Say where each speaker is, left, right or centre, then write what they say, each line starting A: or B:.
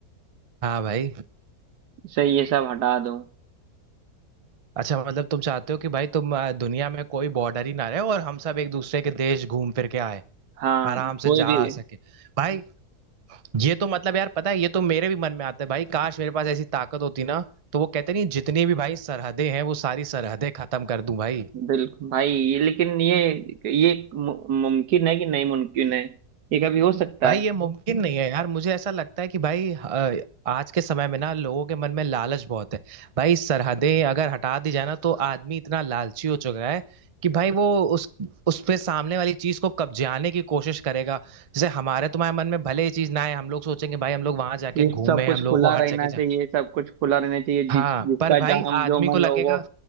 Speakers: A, on the right; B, on the right.
A: हाँ भाई
B: से ये सब हटा दूं
A: अच्छा मतलब तुम चाहते हो कि भाई तुम अ, दुनिया में कोई बॉर्डर ही ना रहे और हम सब एक दूसरे के देश घूम फिर के आए
B: हाँ
A: आराम
B: कोई
A: से जा
B: भी
A: आ सके भाई ये तो मतलब यार पता है ये तो मेरे भी मन में आता है भाई काश मेरे पास ऐसी ताकत होती ना तो वो कहते नहीं जितनी भी भाई सरहदें हैं वो सारी सरहदें खत्म कर दूं भाई
B: बिल्कुल भाई ये लेकिन ये ये मु- मुमकिन है कि नहीं मुमकिन है ये कभी हो सकता
A: भाई
B: है
A: ये मुमकिन नहीं है यार मुझे ऐसा लगता है कि भाई अ, आज के समय में ना लोगों के मन में लालच बहुत है भाई सरहदें अगर हटा दी जाए ना तो आदमी इतना लालची हो चुका है कि भाई वो उस उस पे सामने वाली चीज को कब्जाने की कोशिश करेगा जैसे हमारे तुम्हारे मन में भले ये चीज ना आए हम लोग सोचेंगे भाई हम लोग वहां जाके
B: ये
A: घूमे
B: सब कुछ
A: हम लोगों
B: खुला
A: को
B: रहना
A: हर जगह जा
B: चाहिए सब कुछ खुला रहना चाहिए
A: हाँ
B: जिस जिसका
A: पर भाई
B: जहाँ
A: आदमी
B: जो
A: को
B: मन
A: लगेगा
B: हो वो